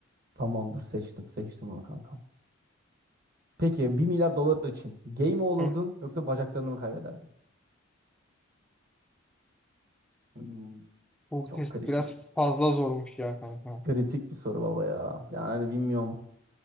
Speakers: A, on the right; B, in the centre.
A: Tamamdır seçtim. Seçtim onu kanka. Peki bir milyar dolar için gay mi olurdun
B: Hı.
A: yoksa bacaklarını mı kaybederdin? Hmm,
B: Bu
A: çok
B: test
A: kritik.
B: biraz fazla zormuş ya kanka.
A: Kritik bir soru baba ya. Yani bilmiyorum.